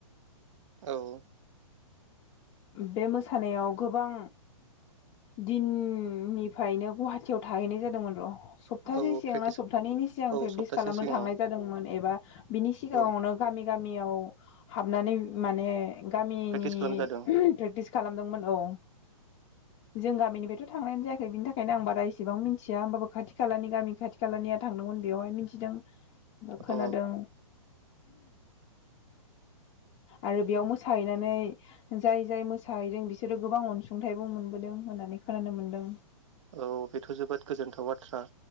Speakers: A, on the right (about 60°); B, on the left (about 25°).
A: औ औ
B: बे मोसानायाव गोबां दिननिफ्रायनो गुवाहाटियाव थाहैनाय जादोंमोन र' सप्तासे
A: औ
B: सिगां
A: प्रेक्टिस
B: ना सप्तानैनि सिगां
A: औ
B: प्रेकटिस
A: सप्तासे
B: खालामनो
A: सिगाङाव
B: थांनाय जादोंमोन एबा बिनि सिगाङावनो
A: औ
B: गामि गामियाव हाबनानै माने गामिनि
A: प्रेक्टिस खालामजादों
B: प्रेक्टिस खालामदोंमोन औ जों गामिनिफ्रायथ' थांनायानो जायाखै बिनि थाखायनो आं बारा इसेबां मिन्थिया होमबाबो खाथि खालानि गामि खाथि खालानिया थांदोंमो न बेयावहाय मिथिदों खोनादों
A: औ
B: आरो बेयाव मोसाहैनानै जाय जाय मोसाहैदों बिसोरो गोबां अनसुंथाइबो मोनबोदों होननानै खोनानो मोनदों
A: औ बेथ' जोबोद गोजोनथाव बाथ्रा